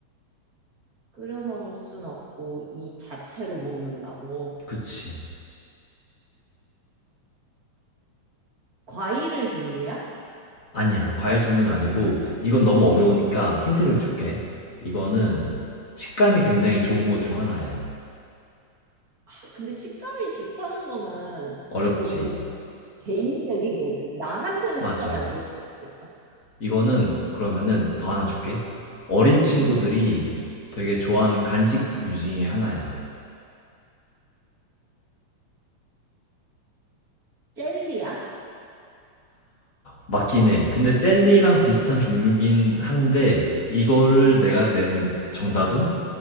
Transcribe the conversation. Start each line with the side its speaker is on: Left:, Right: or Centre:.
Right: 끓여 먹을 순 없고 이 자체로 먹는다고.
Left: 그치.
Right: 과일의 종류야?
Left: 아니야 과일 종류는 아니고 이건 너무 어려우니까 힌트를 줄게. 이거는
Right: 음.
Left: 식감이 굉장히 좋은 것 중 하나야.
Right: 아, 근데 식감이 좋다는 거는
Left: 어렵지.
Right: 너무 개인적인 거지. 나한테는
Left: 맞아.
Right: 식감이 안 좋을 수 있을까?
Left: 이거는 그러면은 더 하나 줄게. 어린 친구들이 되게 좋아하는 간식 유징의 하나야.
Right: 젤리야?
Left: 맞긴 해. 근데 젤리랑 비슷한 종류긴 한데 이거를 내가 낸 정답은